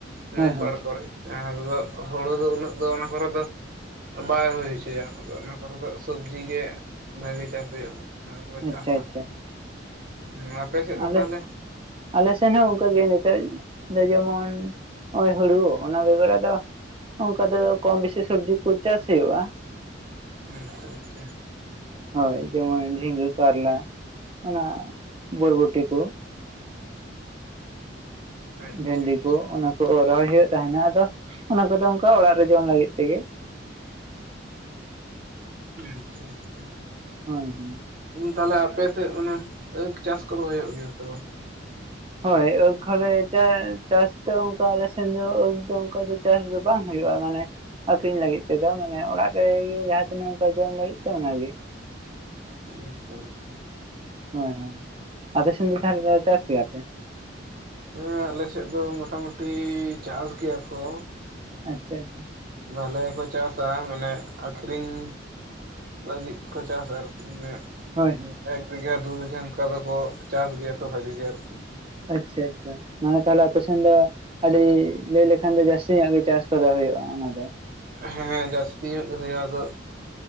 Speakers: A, on the right; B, on the right.
A: ᱱᱟᱹᱭ
B: ᱦᱳᱭ ᱦᱳᱭ
A: ᱯᱟᱲ ᱠᱚᱨᱮ ᱡᱟᱦᱟᱸ ᱫᱚ ᱦᱩᱲᱩ ᱫᱚ ᱩᱱᱟᱹᱜ ᱫᱚ ᱚᱱᱟ ᱠᱚᱨᱮ ᱫᱚ ᱵᱟᱭ ᱦᱩᱭ ᱦᱚᱪᱚᱭᱟ ᱚᱱᱟ ᱠᱚᱨᱮ ᱫᱚ ᱥᱚᱵᱡᱤ ᱜᱮ ᱵᱷᱟᱜᱤ ᱪᱟᱥ ᱦᱩᱭᱩᱜᱼᱟ ᱾ ᱦᱮᱸ ᱚᱱᱟ ᱠᱚᱞᱮ
B: ᱟᱪᱪᱷᱟ
A: ᱪᱟᱥᱟ
B: ᱟᱪᱪᱷᱟ
A: ᱾ ᱦᱮᱸ ᱟᱯᱮ ᱥᱮᱫ
B: ᱟᱞᱮ
A: ᱫᱚ ᱛᱟᱦᱟᱞᱮ?
B: ᱟᱞᱮ ᱥᱮᱱ ᱦᱚᱸ ᱚᱱᱠᱟᱜ ᱜᱮ ᱱᱤᱛᱚᱜ ᱫᱚ ᱡᱮᱢᱚᱱ ᱱᱚᱜᱼᱚᱭ ᱦᱩᱲᱩ ᱚᱱᱟ ᱵᱮᱜᱚᱨ ᱟᱫᱚ ᱚᱱᱠᱟ ᱫᱚ ᱠᱚᱢ ᱵᱮᱥᱤ ᱥᱚᱵᱽᱡᱤ ᱠᱚ ᱪᱟᱥ ᱦᱩᱭᱩᱜᱼᱟ ᱾
A: ᱟᱪᱪᱷᱟ ᱟᱪᱪᱷᱟ
B: ᱦᱳᱭ ᱾ ᱡᱮᱢᱚᱱ ᱡᱷᱤᱸᱜᱟᱹ ᱠᱟᱨᱞᱟ ᱚᱱᱟ ᱵᱚᱨᱵᱚᱴ ᱠᱚ
A: ᱟᱪᱪᱷᱟ
B: ᱵᱷᱮᱱᱰᱤ
A: ᱟᱪᱪᱷᱟ
B: ᱠᱚ ᱚᱱᱟ ᱠᱚ ᱨᱚᱦᱚᱭ ᱦᱩᱭᱩᱜ ᱛᱟᱦᱮᱱᱟ ᱟᱫᱚ ᱚᱱᱟ ᱠᱚᱫᱚ ᱚᱱᱠᱟ ᱚᱲᱟᱜ ᱨᱮ ᱡᱚᱢ ᱞᱟᱹᱜᱤᱫ ᱛᱮᱜᱮ
A: ᱟᱪᱪᱷᱟ ᱟᱪᱪᱷᱟ
B: ᱦᱳᱭ ᱦᱳᱭ
A: ᱛᱟᱦᱞᱮ ᱟᱯᱮ ᱥᱮᱫ ᱚᱱᱮ ᱪᱟᱥ ᱠᱚᱫᱚ ᱦᱩᱭᱩᱜ ᱜᱮᱭᱟ ᱥᱮ ᱵᱟᱝ?
B: ᱦᱳᱭ ᱟᱹᱠᱚᱞᱮ ᱪᱟᱥ ᱫᱚ ᱚᱱᱠᱟ ᱟᱞᱮ ᱥᱮᱱ ᱫᱚ ᱟᱹᱠ ᱫᱚ ᱚᱱᱠᱟ ᱫᱚ ᱪᱟᱥ ᱫᱚ ᱵᱟᱝ ᱦᱩᱭᱩᱜᱼᱟ ᱢᱟᱱᱮ ᱾ ᱟᱠᱷᱨᱤᱧ ᱞᱟᱹᱜᱤᱫ ᱛᱮᱫᱚ ᱢᱟᱱᱮ ᱚᱲᱟᱜ ᱨᱮᱜᱮ ᱡᱟᱦᱟᱸ ᱛᱤᱱᱟᱹᱜ ᱚᱱᱠᱟ ᱡᱚᱢ ᱞᱟᱹᱜᱤᱫ ᱛᱮ ᱚᱱᱟ ᱜᱮ
A: ᱟᱪᱪᱷᱟ ᱟᱪᱪᱷᱟ
B: ᱦᱳᱭ ᱦᱳᱭ ᱟᱯᱮ ᱥᱮᱱᱫ ᱫᱚ ᱛᱟᱦᱚᱞᱮ ᱫᱚ <unintelligible> ᱪᱟᱥ ᱜᱮᱭᱟᱯᱮ
A: ᱦᱮᱸ ᱟᱞᱮ ᱥᱮᱫ ᱫᱚ ᱢᱳᱴᱟᱢᱩᱴᱤ ᱪᱟᱥ ᱜᱮᱭᱟ ᱠᱚ
B: ᱟᱪᱪᱷᱟ ᱟᱪᱪᱷᱟ
A: ᱵᱷᱟᱞᱮᱠᱚ ᱪᱟᱥᱟ ᱢᱟᱱᱮ ᱟᱠᱷᱨᱤᱧ ᱞᱟᱹᱜᱤᱫ ᱠᱚ ᱪᱟᱥᱟ ᱟᱨᱠᱤ <unintelligible> ᱢᱟᱱᱮ
B: ᱦᱳᱭ ᱦᱳᱭ
A: ᱮᱠ ᱵᱤᱜᱷᱟ ᱫᱩ ᱵᱤᱜᱷᱟ ᱚᱱᱠᱟ ᱫᱚᱠᱚ ᱪᱟᱥ ᱜᱮᱭᱟ ᱠᱚ ᱵᱷᱟᱜᱤ ᱜᱮ ᱟᱨᱠᱤ
B: ᱟᱪᱪᱷᱟ ᱟᱪᱪᱷᱟ ᱢᱟᱱᱮ ᱛᱟᱦᱚᱞᱮ ᱟᱯᱮ ᱥᱮᱱ ᱫᱚ ᱟᱹᱰᱤ ᱞᱟᱹᱭ ᱞᱮᱠᱷᱟᱱ ᱫᱚ ᱡᱟᱹᱥᱛᱤ ᱧᱚᱜ ᱜᱮ ᱪᱟᱥ ᱠᱚᱫᱚ ᱦᱩᱭᱩᱜᱼᱟ ᱚᱱᱟ ᱫᱚ
A: ᱦᱮᱸ ᱡᱟᱹᱥᱛᱤ ᱧᱚᱜ ᱜᱮ ᱦᱳᱭᱳᱜᱼᱟ ᱟᱫᱚ